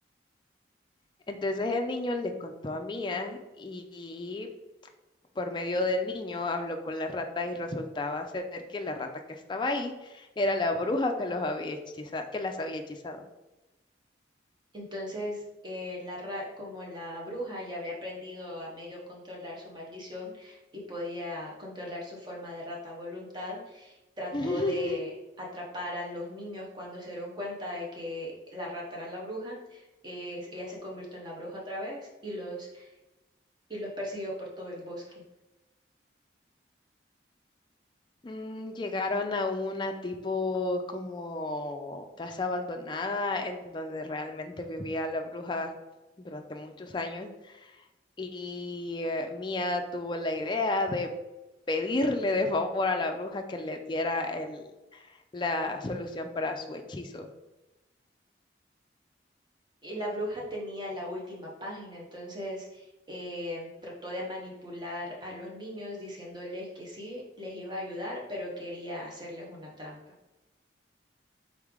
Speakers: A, on the left; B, on the right.
A: Entonces el niño le contó a Mia y por medio del niño habló con la rata y resultaba ser que la rata que estaba ahí era la bruja que los había hechiza- que las había hechizado.
B: Entonces, eh, la ra- como la bruja ya había aprendido a medio controlar su maldición y podía controlar su forma de rata a voluntad, trató
A: <laughs>
B: de atrapar a los niños cuando se dieron cuenta de que la rata era la bruja. eh, ella se convirtió en la bruja otra vez y los, y los persiguió por todo el bosque.
A: Mm, Llegaron a una tipo como casa abandonada en donde realmente vivía la bruja durante muchos años y eh, Mia tuvo la idea de pedirle de favor a la bruja que le diera el- la solución para su hechizo.
B: Y la bruja tenía la última página, entonces eh, trató de manipular a los niños diciéndoles que sí, les iba a ayudar, pero quería hacerles una trampa.